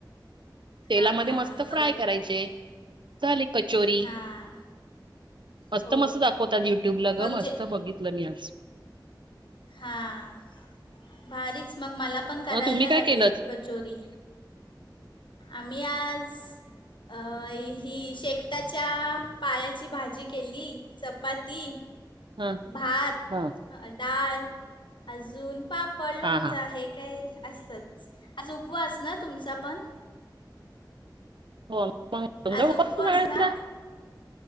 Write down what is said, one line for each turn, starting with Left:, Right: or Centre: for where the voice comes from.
Right: तेलामध्ये
Left: हां हां
Right: मस्त
Left: हां बरोबर
Right: फ्राय करायचे.
Left: बरोबर
Right: झाली कचोरी.
Left: हां
Right: मस्त
Left: हो
Right: मस्त दाखवत्यात‌ युट्यूबला
Left: मग
Right: गं, मस्त
Left: जे
Right: बघितलं मी आज.
Left: हा. भारीच मग मला पण करायला
Right: मग तुम्ही
Left: लागेल
Right: काय केलंत?
Left: क कचोरी आम्ही आज अं.. हि शेकताच्या पायाची भाजी केली चपाती.
Right: हा
Left: भात
Right: हा
Left: डाळ अजून पाप पडलोंच
Right: हा हा
Left: आहे काय असतंच. आज उपवास ना तुमचा पण?
Right: हो आमचा
Left: आज
Right: उपवास ये सगळ्यांचा.
Left: ना